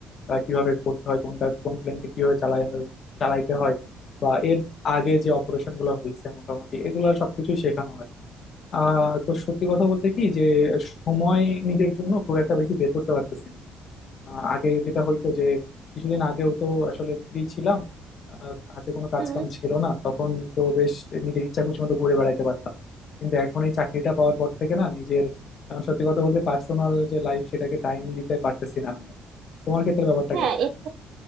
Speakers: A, on the left; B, on the right.
A: আহ, কিভাবে করতে হয় কোনটা কোন প্লেনকে কিভাবে চালাই আমরা চালাইতে হয় বা এর আগে যে অপারেশন গুলো হয়েছে মোটামুটি এগুলো সবকিছুই শেখানো হয় আহ তো সত্যি কথা বলতে কি যে সময় নিজের জন্য খুব একটা বেশি বের করতে পারতেছি না আহ, আগে যেটা হইতো যে কিছুদিন আগেও তো আসলে ফ্রি ছিলাম আহ, হাতে কোনো কাজ
B: হুম
A: কাম ছিল না তখন তো বেশ নিজের ইচ্ছা খুশি মতো ঘুরে বেড়াইতে পারতাম কিন্তু এখন এই চাকরিটা পাওয়ার পর থেকে না নিজের আহ, সত্যি কথা বলতে পার্সোনাল যে লাইফ সেটাকে টাইম দিতে পারতেছি না আমি আর। তোমার ক্ষেত্রে ব্যাপারটা
B: হ্যাঁ
A: কেমন
B: এটা